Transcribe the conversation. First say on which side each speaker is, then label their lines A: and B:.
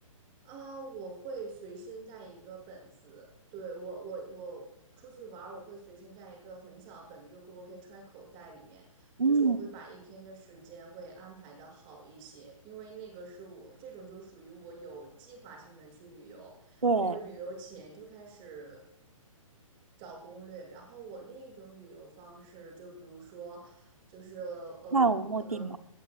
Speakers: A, on the right; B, on the right.
A: 啊，我会随身带一个本子，对，我我我出去玩儿我会随身带一个很小的本子，就我可以揣口袋里面，
B: 嗯，
A: 就是我会把一天的时间会安排的好一些，因为那个是我这种就属于我有计划性的去旅游，
B: 对，
A: 我会旅游前就开始找攻略，然后我另一种旅游方式，就比如说，就是呃嗯，
B: 漫无目的。
A: 可能。